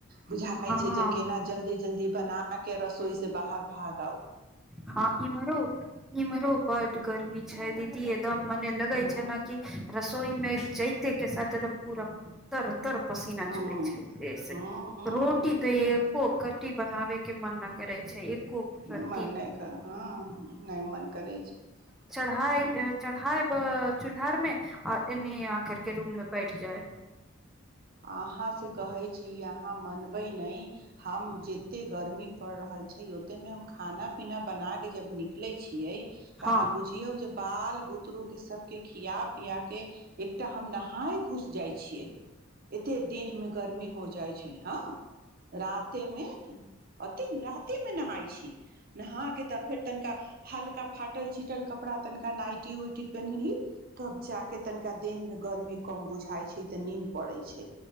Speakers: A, on the right; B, in the centre.
A: बुझाइ
B: हँ
A: छै जे केना जल्दी जल्दी बना के रसोई से बाहर भाग आउ
B: हँ इमरो इमरो बड गर्मी छै दीदी ती एकदम मने लगे
A: हँ
B: छै ने क रसोई मे जैतय के साथ एकदम पूरा तर तर पसीना
A: हँ
B: चुए छै
A: हँ हँ
B: रोटी तो एको कट्टी बनावे के मन न करे छै खूब स
A: मन नहि कर हँ नहि मन करै छै
B: चाइ
A: हँ
B: चढ़ा ब घरमे आर न आ करके रूम में बैठ जाय
A: अहाँसँ कहैत छी अहाँ मनबै नहि हम जतेक गर्मी पड़ि रहल छै ओतेकमे हम खाना पीना बनाके जब निकलैत छियै तऽ
B: हँ
A: अहाँ बुझियौ जे बाल बुतरूके सब के खिया पिया के एकटा हम नहाय घुस जाइ छियै एते देह मे गर्मी हो जाइ छै हँ राते मे ओते राते मे नहाय छी नहा के तऽ फेर तनि का हल्का फाटल चिटल कपड़ा तनिका नाइटी उइटी पेनहली तब चे तनिका देह मे गर्मी कम बुझाइ छै तऽ नीन्द पड़ै छै